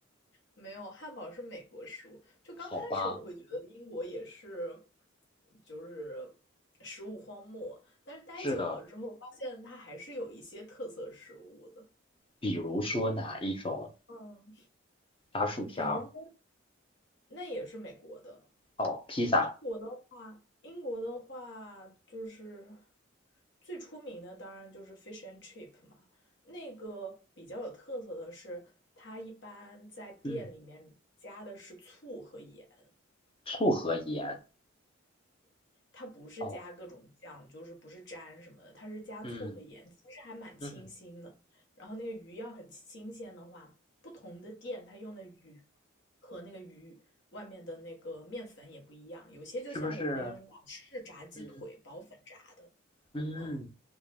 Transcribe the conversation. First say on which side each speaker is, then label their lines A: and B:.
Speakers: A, on the left; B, on the left.
A: 没有，汉堡是美国食物。就刚开始我会觉得英国也是，
B: 好吧，
A: 就是食物荒漠，但是待久了之后，
B: 是的，
A: 发现它还是有一些特色食物的。
B: 比如说哪一种
A: 嗯，
B: 炸薯条？
A: 比如说，那也是美国的，
B: 哦，披萨，
A: 英国的话，英国的话就是最出名的，当然就是 fish and chip 嘛。那个比较有特色的是，它一般在店里面加的是醋和盐，
B: 嗯，醋和盐，
A: 它不是加各种酱，
B: 哦，
A: 就是不是沾什么的，它是加醋和盐，
B: 嗯
A: 其实还蛮清新的。
B: 嗯，
A: 然后那个鱼要很新鲜的话，不同的店它用的鱼和那个鱼外面的那个面粉也不一样，有些就像我们那种老式炸鸡腿薄粉炸的，
B: 是不是？嗯嗯，
A: 嗯，